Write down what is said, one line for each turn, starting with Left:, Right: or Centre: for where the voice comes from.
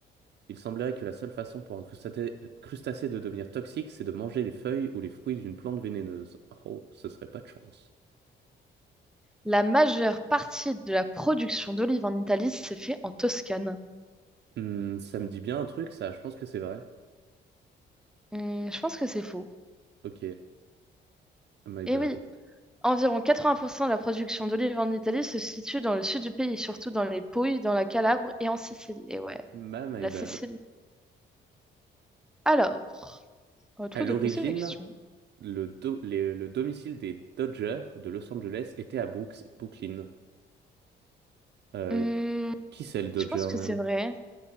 Right: Il semblerait que la seule façon pour un crustacé, crustacé de devenir toxique, c'est de manger les feuilles ou les fruits d'une plante vénéneuse. Oh, ce serait pas de chance.
Centre: La majeure partie de la production d'olives en Italie s'est fait en Toscane.
Right: Hmm, ça me dit bien un truc, ça, je pense que c'est vrai.
Centre: Hmm, je pense que c'est faux.
Right: Ok, my bad.
Centre: Eh oui, environ 80% de la production d'olives en Italie se situe dans le sud du pays, surtout dans les Pouilles, dans la Calabre et en Sicile. Et ouais,
Right: Ma my
Centre: la
Right: bad.
Centre: Sicile. Alors, à toi
Right: À l'origine,
Centre: de poser la question.
Right: le, do- les- le domicile des Dodgers de Los Angeles était à Brooks- Brooklyn. Euh,
Centre: Hmm,
Right: qui c'est le Dodger
Centre: je pense que
Right: même?
Centre: c'est vrai.